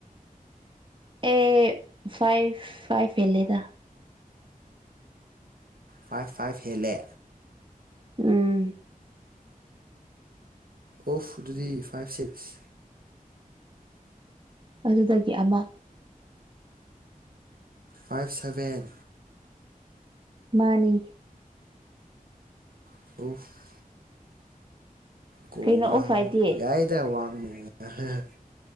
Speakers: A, on the right; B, on the right.
A: ꯑꯦ ꯐꯥꯏꯚ ꯐꯥꯏꯚ ꯍꯦꯜꯂꯦꯗ
B: ꯐꯥꯏꯚ ꯐꯥꯏꯚ ꯍꯦꯜꯂꯦ
A: ꯎꯝ <unintelligible> <inaudible>
B: ꯑꯣꯐ ꯑꯗꯨꯗꯤ ꯐꯥꯏꯚ ꯁꯤꯛꯁ
A: ꯑꯗꯨꯗꯒꯤ ꯑꯃ
B: ꯐꯥꯏꯚ ꯁꯚꯦꯟ
A: ꯃꯥꯅꯤ
B: <unintelligible> <inaudible> ꯀꯣ
A: ꯀꯩꯅꯣ
B: ꯋꯥꯡ
A: ꯑꯣꯐ ꯍꯥꯏꯗꯤ
B: ꯌꯥꯏꯗ ꯋꯥꯡꯅ <unintelligible>